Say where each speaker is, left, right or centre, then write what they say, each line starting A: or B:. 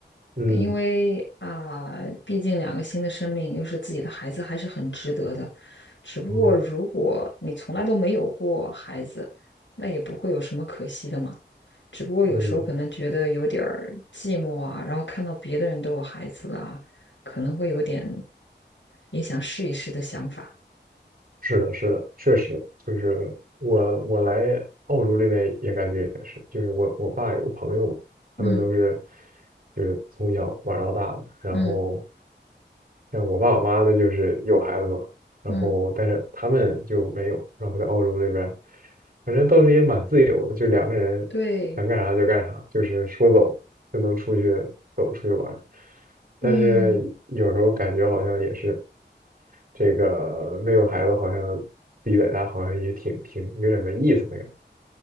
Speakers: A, on the right; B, on the left.
A: 嗯，
B: 因为啊、毕竟两个新的生命又是自己的孩子，还是很值得的。只不过如果你从来都没有过孩子，
A: 哦，
B: 那也不会有什么可惜的嘛。只不过有时候可能觉得有点儿寂寞啊，
A: 嗯，
B: 然后看到别的人都有孩子啦，可能会有点也想试一试的想法。
A: 是的，是的，确实就是我我来澳洲这边也感觉也是，就是我我爸有个朋友嘛，
B: 嗯
A: 他们都是就是从小玩到大的，然后
B: 嗯
A: 像我爸我妈的就是有孩子嘛，然后但是他们就没有，
B: 嗯，
A: 然后在澳洲这边，反正倒是也蛮自由的，就两个人想干啥就干啥，
B: 对，
A: 就是说走就能出去走出去玩儿
B: 嗯，
A: 但是有时候感觉好像也是。这个没有孩子好像自己在家好像也挺挺有点没意思的感觉，